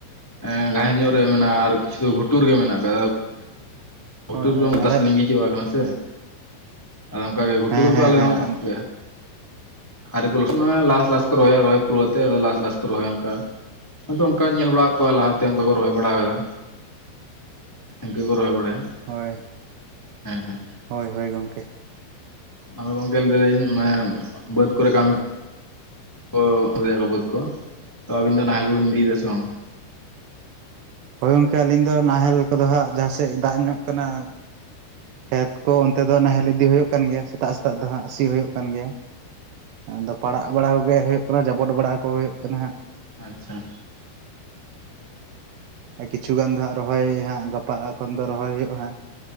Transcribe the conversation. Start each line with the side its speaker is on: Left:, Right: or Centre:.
Left: ᱮᱸ ᱱᱟᱹᱦᱮᱜ ᱧᱚᱜ ᱨᱮ ᱢᱮᱱᱟᱜᱼᱟ ᱟᱨ ᱠᱤᱪᱷᱩ ᱫᱚ ᱜᱷᱩᱴᱩ ᱨᱮᱜᱮ ᱢᱮᱱᱟᱜ ᱟᱠᱟᱫᱟ ᱾ ᱜᱷᱩᱴᱩ
Right: ᱦᱳᱭ
Left: ᱨᱮᱫᱚᱢ
Right: ᱦᱳᱭ ᱟᱞᱮ
Left: ᱛᱟᱥ ᱞᱤᱸᱜᱤᱡᱚᱜ-ᱟ ᱥᱮ ᱟᱫᱚ ᱚᱝᱠᱟ ᱜᱮ ᱜᱷᱩᱴᱩ
Right: ᱦᱮᱸ
Left: ᱨᱮᱫᱚ
Right: ᱦᱮᱸ
Left: ᱟᱞᱮ
Right: ᱦᱮᱸ
Left: ᱦᱚᱸ ᱚᱱᱠᱟ ᱜᱮ ᱾ ᱟᱣᱨᱤᱠᱚ ᱞᱚᱥᱚᱫ ᱢᱟᱱᱮ ᱞᱟᱥ ᱞᱟᱥ ᱠᱚ ᱨᱚᱦᱚᱭᱟ ᱨᱚᱦᱚᱭ ᱯᱩᱨᱟᱹᱣ ᱛᱮ ᱟᱫᱚ ᱞᱟᱥ ᱞᱟᱥ ᱠᱚ ᱨᱚᱦᱚᱭᱟ ᱚᱝᱠᱟ ᱾ ᱟᱫᱚ ᱚᱝᱠᱟᱧ ᱧᱮᱞ ᱵᱟᱲᱟᱣ ᱟᱠᱟᱫ ᱠᱚᱣᱟ ᱞᱟᱦᱟᱛᱮ ᱚᱝᱠᱟ ᱠᱚ ᱨᱚᱦᱚᱭ ᱵᱟᱲᱟ ᱟᱠᱟᱫᱟ᱾ ᱤᱝᱠᱟᱹ ᱠᱚ ᱨᱚᱦᱚᱭ ᱵᱟᱲᱟᱭᱟ᱾
Right: ᱦᱳᱭ᱾
Left: ᱦᱮᱸ ᱦᱮᱸ᱾
Right: ᱦᱳᱭ ᱦᱳᱭ ᱜᱚᱝᱠᱮ᱾
Left: ᱟᱫᱚ ᱜᱚᱝᱠᱮ ᱞᱟᱹᱭ ᱫᱟᱹᱧ, ᱢᱟᱱᱮ ᱵᱟᱹᱫ ᱠᱚᱨᱮ ᱠᱟᱹᱢᱤ ᱠᱚ ᱞᱟᱹᱭᱟ ᱠᱚ ᱵᱟᱹᱫᱽ ᱠᱚ, ᱛᱚ ᱟᱵᱤᱱ ᱫᱚ ᱱᱟᱦᱮᱞ ᱠᱚᱵᱤᱱ ᱤᱫᱤᱭᱫᱟ ᱥᱮ ᱵᱟᱝ?
Right: ᱦᱳᱭ ᱜᱚᱝᱠᱮ ᱟᱹᱞᱤᱧ ᱫᱚ ᱱᱟᱦᱮᱞ ᱠᱚᱫᱚ ᱦᱟᱸᱜ ᱡᱟᱦᱟᱸ ᱥᱮᱡ ᱫᱟᱜ ᱧᱚᱜ ᱠᱟᱱᱟ ᱠᱷᱮᱛ ᱠᱚ ᱚᱱᱛᱮ ᱫᱚ ᱱᱟᱦᱮᱞ ᱤᱫᱤ ᱦᱩᱭᱩᱜ ᱠᱟᱱ ᱜᱮᱭᱟ, ᱥᱮᱛᱟᱜ ᱥᱮᱛᱟᱜ ᱫᱚ ᱦᱟᱸᱜ ᱥᱤ ᱦᱳᱭᱳᱜ ᱠᱟᱱ ᱜᱮᱭᱟ᱾ ᱟᱫᱚ ᱯᱟᱲᱟᱜ ᱵᱟᱲᱟ ᱠᱚᱜᱮ ᱦᱩᱭᱩᱜ ᱠᱟᱱᱟ, ᱡᱟᱵᱚᱴ ᱵᱟᱲᱟ ᱠᱚ ᱦᱳᱭᱳᱜ ᱠᱟᱱᱟ ᱦᱟᱸᱜ᱾
Left: ᱟᱪᱪᱷᱟ᱾
Right: ᱠᱤᱪᱷᱩ ᱜᱟᱱ ᱫᱚ ᱦᱟᱸᱜ ᱨᱚᱦᱚᱭ ᱦᱟᱸᱜ ᱜᱟᱯᱟ ᱠᱷᱚᱱ ᱫᱚ ᱨᱚᱦᱚᱭ ᱦᱳᱭᱳᱜᱼᱟ ᱦᱟᱸᱜ᱾